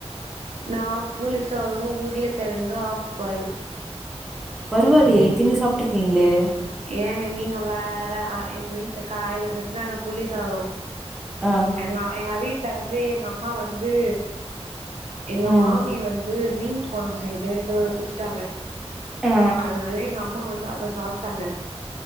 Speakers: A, on the right; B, in the centre.
A: நா புளி சாதோ உர்ளக்கெழங்கு ஹாஃப் பாயில்
B: பரவாலியே இத்தினி சாப்ட்டுருக்கீங்ளே
A: ஏங்க நீங்க வேற ஆ எங்க வீட்டுல காய்ல செஞ்சாங்க புளி சாதோ
B: ஆ
A: எங்க எங்க வீட் ல வந்து எங்க அம்மா வந்து எங்க
B: ம்
A: மாமி வந்து மீன் கொழம்பு செஞ்சு <unintelligible> குத்துட்டாங்க
B: ஆ
A: அதுனால எங்க அம்மா வந்து அத சாப் ட்டாங்க